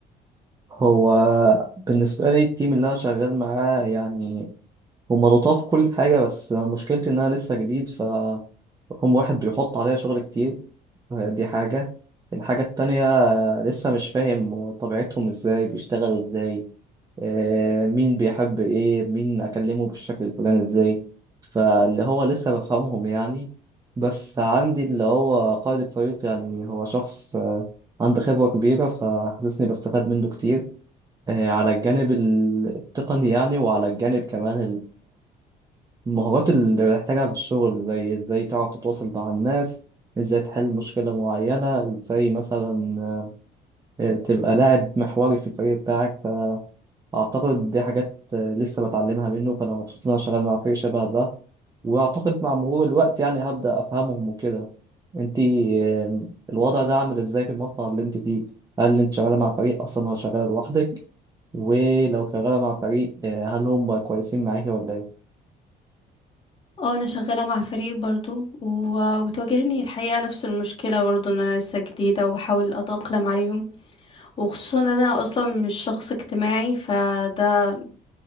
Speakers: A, on the right (about 20°); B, on the left (about 30°).
A: هو بالنسبه لي التيم اللي انا شغال معاه يعني هم لطاف كل حاجه بس مشكلتي ان انا لسه جديد ف هم واحد بيحط عليا شغل كتير دي حاجة الحاجة التانية آه، لسه مش فاهم طبيعتهم ازاي بيشتغلوا ازاي آه، مين بيحب ايه مين اكلمه بالشكل الفلاني ازاي فاللي هو لسه بفهمهم يعني بس عندي اللي هو قائد الفريق يعني هو شخص آه، عنده خبرة كبيرة فحاسسني بستفاد منه كتير آه، على الجانب التقني يعني وعلى الجانب كمان المهارات اللي بتحتاجها في الشغل زي ازاي تعرف تتواصل مع الناس ازاي تحل مشكلة معينة ازاي مثلا آه، تبقى لاعب محوري في الفريق بتاعك فأعتقد دي حاجات آه، لسه بتعلمها منه فأنا مبسوط إن أنا شغال مع فريق شبه ده وأعتقد مع مرور الوقت يعني هبدأ أفهمهم وكده انتي آه، الوضع ده عامل ازاي في المصنع اللي انت فيه هل انت شغالة مع فريق أصلا ولا شغالة لوحدك ولو شغالة مع فريق آه، هل هم كويسين معاكي ولا ايه؟
B: اه انا شغاله مع فريق برضو و- وبتواجهني الحقيقه نفس المشكله برضو ان انا لسه جديده وبحاول اتاقلم عليهم وخصوصا ان انا اصلا مش شخص اجتماعي فده